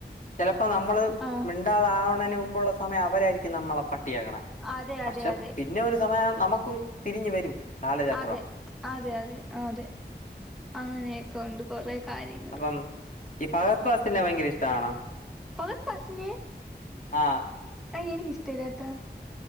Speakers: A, on the left; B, in the centre.
A: ചെലപ്പോ നമ്മള്
B: ആഹ്
A: മിണ്ടാതാവണന് മ്പോള്ള സമയം അവരായിരിക്കും നമ്മളപ്പഴ് ട്ടിയേക്കണപക്ഷെ
B: അതെ അതെ അതെ
A: പിന്നെ ഒരു സമയം നമുക്കും തിരിഞ്ഞു വരും. കാലചക്രം
B: അതെ അതെ അതെ അതെ അങ്ങനെയൊക്കെ ഉണ്ട് കൊറെ കാര്യങ്ങള്
A: അപ്പം ഈ ഫഹദ് ഫാസിലിനെ ഭയങ്കര ഇഷ്ടം ടാണോ
B: ഫഹദ് ഫാസിലിനെ
A: ആഹ്
B: ആ എനിക്ക് ഇഷ്ടല്ലാട്ട.